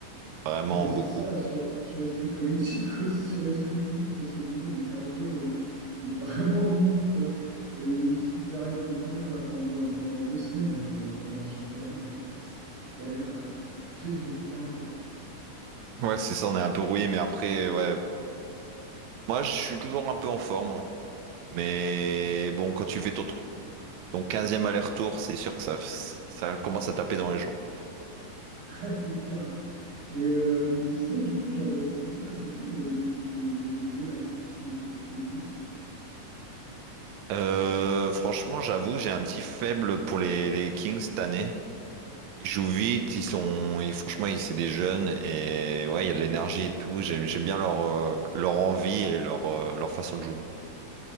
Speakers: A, on the right (about 85°); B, on the right (about 50°).
A: vraiment
B: Ah bah c'est
A: beaucoup.
B: ça, sur, sur l'esprit collectif, <laughs> aussi sur l'esprit physique, parce que mon Dieu, mon cardio, euh, il est vraiment <laughs> limite, quoi. Euh, il suffit que j'arrête de courir là pendant, euh, pendant deux semaines, et quand, quand je reviens sur le terrain, euh, pff, c'est c'est une galère. euh, <laughs> j'ai j'ai plus de cardio, quoi.
A: Ouais, c'est ça. On est un peu rouillé, mais après, ouais, moi je suis toujours un peu en forme. hein. Mais bon, quand tu fais ton tr- ton 15 aller-retour, c'est sûr que ça ça commence à taper dans les jambes.
B: <laughs> Ouais, c'est clair. Et euh, sinon, du coup, genre, euh, cette saison, toi, c'est qui de l'équipe de, de NBA là, que tu suis, euh, que tu suis le plus?
A: Euh, franchement, j'avoue, j'ai un petit faible pour les, les Kings cette année. Ils jouent vite, ils sont, ils- franchement, ils, c'est des jeunes et ouais, il y a de l'énergie et tout. J'aime, j'aime bien leur, euh, leur envie et leur, euh, leur façon de jouer.